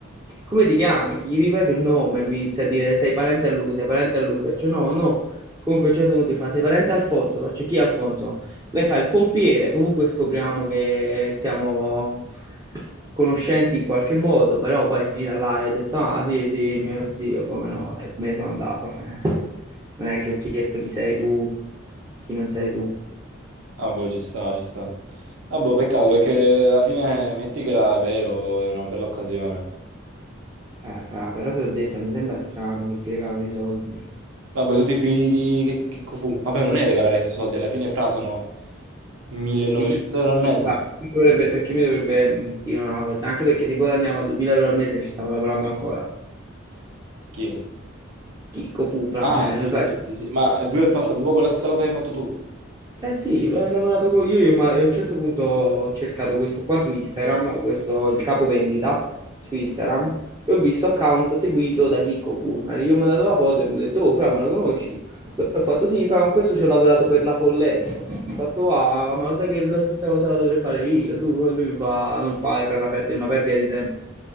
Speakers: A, on the right (about 20°); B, on the right (about 85°).
A: come ti chiami? Gli ripeto il nome e mi inizia a dire sei parente a lui, sei parente a lui, faccio no, no, comunque a un certo punto mi fa sei parente a Alfonso, faccio chi è Alfonso? Lei fa il pompiere, comunque scopriamo che siamo conoscenti in qualche modo, però poi è finita là e ho detto, ah sì, sì, mio zio, come no, e me ne sono andato. Eh, Non è che ho chiesto chi sei tu, chi non sei tu.
B: Ah, boh, ci sta, ci sta. Ah, boh, peccato perché alla fine metti che era vero, era una bella occasione.
A: Eh, fra, però ti ho detto, mi sembra strano che ti regalano i soldi.
B: Vabbè, tutti i figli di che, che fu? Vabbè, non è regalare soldi, alla fine fra sono 1900
A: Di chi?
B: euro al mese.
A: Sì, fra, perché dovrebbe- perché mi dovrebbe mh, dire una cosa? Anche perché se guadagnava 2000 euro al mese ci stavo lavorando ancora.
B: Chi?
A: Chicco fu, fra,
B: Ah, sì,
A: eh, non sai.
B: sì, sì, sì. Ma lui ha fatto proprio la stessa cosa che hai fatto tu.
A: Eh sì, l- ho lavorato con io, io, ma a un certo punto ho cercato questo qua su Instagram, questo il capo vendita su Instagram, e ho visto account seguito da Chicco Furnari. Io mi ho mandato la foto e mi ho detto, oh, Fra, ma lo conosci? Ho fatto sì, Fra, con questo ci ho lavorato per la Folletto. Ho fatto, ah, ma lo sai che la stessa cosa la dovrei fare io? Tu, E lui mi fa, non fare, Fra, è una fer- è una perdita di tempo. Ho